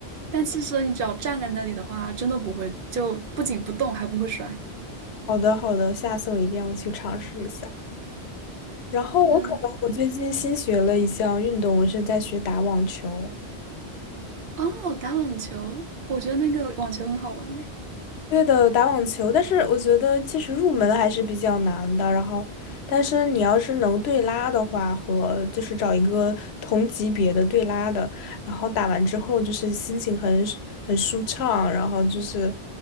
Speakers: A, on the right; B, on the left.
A: 但其实你只要站在那里的话，真的不会，就不仅不动，还不会摔。
B: 好的，好的，下次我一定要去尝试一下。然后我可能我最近新学了一项运动，
A: 好的，
B: 我是在学打网球。
A: 哦，打网球，我觉得那个网球很好玩诶。
B: 对的，打网球，但是我觉得其实入门还是比较难的。然后，但是你要是能对拉的话，和就是找一个同级别的对拉的，然后打完之后就是心情很很舒畅，然后就是